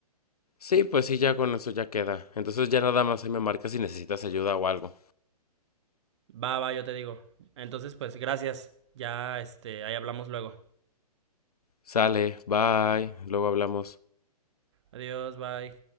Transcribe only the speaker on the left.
Sí, pues sí, ya con eso ya queda. Entonces ya nada más ahí me marcas si necesitas ayuda o algo.
Sale, bye, luego hablamos.